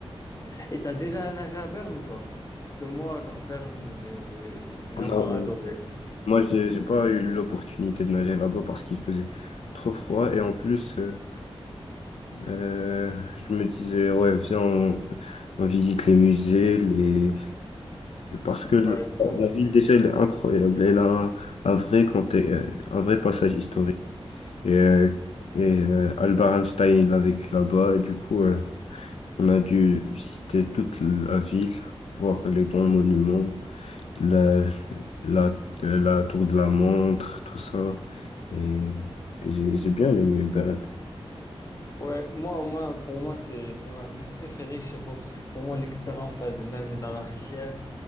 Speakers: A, on the left; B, on the left.
A: Et t'as déjà nagé à Berne ou pas? Parce que moi, genre, Berne, j'ai j'ai vraiment
B: Non, non.
A: adoré.
B: Moi, j'ai j'ai pas eu l'opportunité de nager là-bas parce qu'il faisait trop froid. Et en plus, euh, euh, je me disais, ouais, viens, on, on visite les musées, les... parce
A: Ouais,
B: que le-
A: ça va.
B: la ville, déjà, elle est incroyable. Elle a un, un vrai, conte- euh, un vrai passage historique. Et, euh, et euh, Albert Einstein, il a vécu là-bas. Et du coup, euh, on a dû visiter toute la ville, voir les grands monuments, la, la, euh, la tour de la montre, tout ça. Et j'ai j'ai bien aimé Berne.
A: Ouais, moi, moi, pour moi, c'est, c'est ma ville préférée, je sais pas, parce que pour moi, l'expérience là de nager dans la rivière,